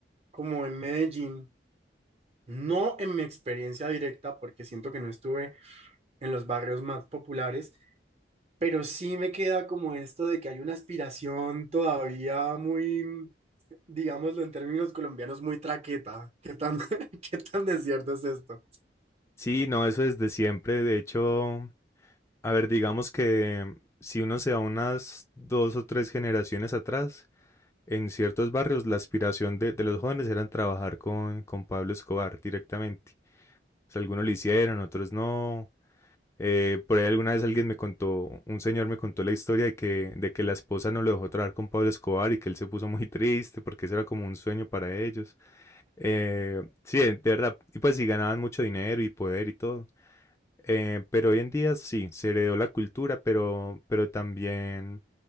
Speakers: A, on the right; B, on the left.
A: como en Medellín, no en mi experiencia directa, porque siento que no estuve en los barrios más populares, pero sí me queda como esto de que hay una aspiración todavía muy, mm, digámoslo en términos colombianos, muy traqueta. ¿Qué tan, <laughs> qué tan desierto es esto?
B: Sí, no, eso desde siempre. De hecho, a ver, digamos que si uno se va unas dos o tres generaciones atrás, en ciertos barrios la aspiración de, de los jóvenes era trabajar con, con Pablo Escobar directamente. O sea, algunos lo hicieron, otros no. Eh, por ahí alguna vez alguien me contó, un señor me contó la historia de que, de que la esposa no lo dejó trabajar con Pablo Escobar y que él se puso muy <laughs> triste porque eso era como un sueño para ellos. Eh, sí, de verdad, y pues sí ganaban mucho dinero y poder y todo. Eh, pero hoy en día sí, se heredó la cultura, pero, pero también